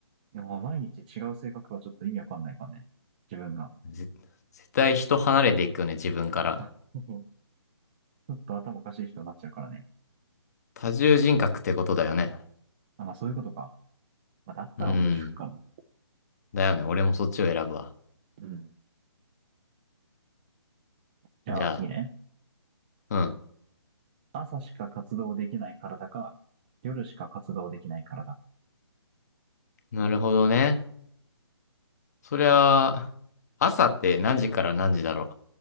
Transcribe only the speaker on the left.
ぜ絶対人離れていくよね、自分から。
多重人格ってことだよね。
うん。だよね、俺もそっちを選ぶわ。
じゃあ、うん。
なるほどね。そりゃ、朝って何時から何時だろ